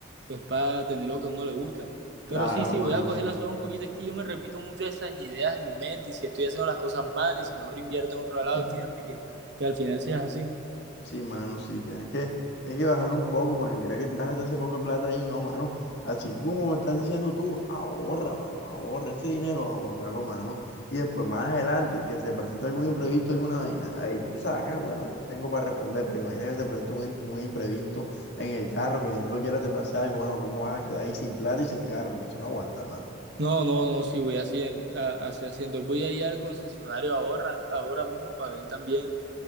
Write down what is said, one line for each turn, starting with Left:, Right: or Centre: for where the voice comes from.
Right: es para tener lo que a uno le gusta.
Left: Claro,
Right: Pero sí, sí,
Left: mano,
Right: voy a coger
Left: sí.
Right: la soga un poquito, es que yo me repito mucho esas ideas en mi mente y si estoy haciendo las cosas mal y si mejor invierto en otro
Left: <laughs>
Right: lado y fíjate que, que al final seas así.
Left: Sí, mano, sí, tienes que, tienes que bajarlo un poco porque mira que te vas a gastar ese poco de plata ahí, no, mano. Así como me estás diciendo tú, ahorra, mano, ahorra ese dinero, ahorralo, mano. Y después más adelante, que se te presente algún imprevisto, alguna vaina, ahí tú sacas, bueno, aquí tengo para responder, pero imagina que se te presenta un, in- un imprevisto en el carro, que ni Dios lo quiera te pase algo, mano, ¿cómo vas a quedar ahí sin plata y sin carro? Entonces no aguanta, mano.
Right: No, no, no, sí voy así, eh, a- así haciendo. Voy a ir al concesionario ahora, ahora mismo para ver también